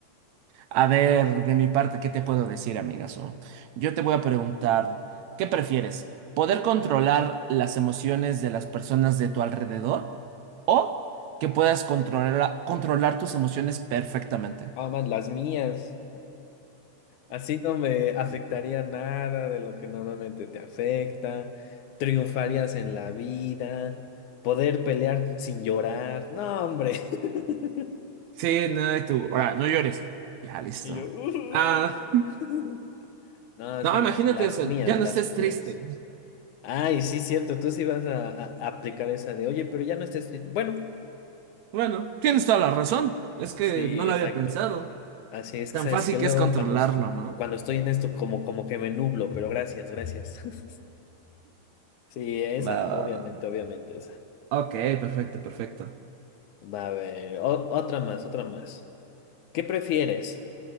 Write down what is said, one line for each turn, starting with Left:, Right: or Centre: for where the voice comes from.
Right: A ver, de mi parte, ¿qué te puedo decir, amigazo? Yo te voy a preguntar, ¿qué prefieres? ¿Poder controlar las emociones de las personas de tu alrededor? ¿O que puedas controlar, controlar tus emociones perfectamente?
Left: Ah, más las mías. Así no me afectaría nada de lo que normalmente te afecta. Triunfarías en la vida. Poder pelear sin llorar. No, hombre. <laughs>
Right: Sí, no, y tú. Ahora, no llores. Ya, listo.
Left: Y yo. "Uh".
Right: Ah,
Left: <laughs> No,
Right: no,
Left: sí,
Right: imagínate,
Left: las
Right: o
Left: mías,
Right: ya no
Left: las
Right: estés
Left: mías.
Right: triste.
Left: Ay, sí, cierto, tú sí vas a, a- a aplicar esa de, oye, pero ya no estés triste. Bueno,
Right: Bueno, tienes toda la razón. Es que
Left: sí,
Right: no lo
Left: exacto.
Right: había pensado.
Left: Así es
Right: Tan
Left: que, ¿sabes
Right: fácil
Left: que
Right: que
Left: Luego,
Right: es hablarlo,
Left: cuando, es-
Right: ¿no?
Left: cuando estoy en esto, como, como que me nublo, pero gracias, gracias. <laughs> Sí, esa,
Right: Va, va,
Left: obviamente,
Right: va.
Left: obviamente,
Right: Ok, perfecto, perfecto.
Left: Va a haber o- otra más, otra más. ¿Qué prefieres?